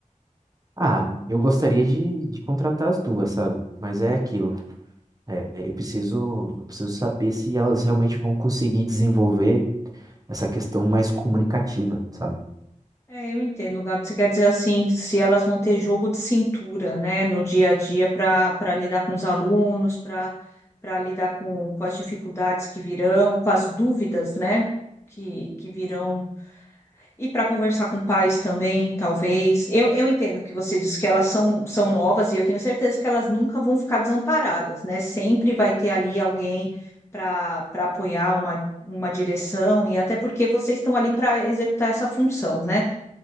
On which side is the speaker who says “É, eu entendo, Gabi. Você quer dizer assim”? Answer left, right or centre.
Left